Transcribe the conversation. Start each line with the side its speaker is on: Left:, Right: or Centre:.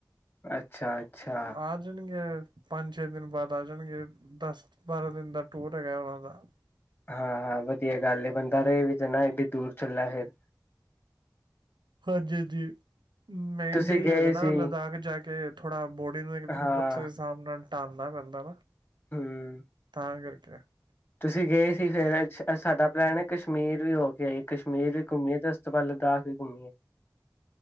Left: ਅੱਛਾ ਅੱਛਾ
Right: ਆ ਜਾਣਗੇ ਪੰਜ-ਛੇ ਦਿਨ ਬਾਅਦ। ਆ ਜਾਣਗੇ ਦਸ-ਬਾਰਾਂ ਦਿਨ ਦਾ ਟੂਰ ਹੈਗਾ ਉਹਨਾਂ ਦਾ।
Left: ਹਾਂ-ਹਾਂ ਵਧੀਆ ਗੱਲ ਏ ਬੰਦਾ ਰਹੇ ਵੀ ਤੇ ਨਾ ਏਡੀ ਦੂਰ ਚੱਲਾ ਹੈ ਫਿਰ।
Right: ਹਾਂਜੀ ਜੀ। ਮੇਨ
Left: ਤੁਸੀਂ
Right: ਤਾਂ ਹੀ
Left: ਗਏ
Right: ਹੈਗਾ ਨਾ
Left: ਸੀ
Right: ਲਦਾਖ ਜਾ ਕੇ ਥੋੜ੍ਹਾ ਬੋਡੀ ਨੂੰ ਇਕ ਦਿਨ
Left: ਹਾਂ
Right: ਉੱਥੇ ਦੇ ਹਿਸਾਬ ਨਾਲ। ਡਾਲਣਾ ਪੈਂਦਾ ਨਾ।
Left: <unintelligible> ਹਮ
Right: <unintelligible>
Left: ਤੁਸੀਂ ਗਏ ਸੀ ਫੇਰ ਅੱਜ-ਅੱਜ ਸਾਡਾ ਪਲੈਨ ਐ। ਕਸ਼ਮੀਰ ਵੀ ਹੋ ਕੇ ਆਈ ਕਸ਼ਮੀਰ ਵੀ ਘੁੰਮੀਏ ਤਾਂ ਉਸ ਤੋਂ ਬਾਦ ਲਦਾਖ। ਵੀ ਘੁੰਮੀ ਹੈ।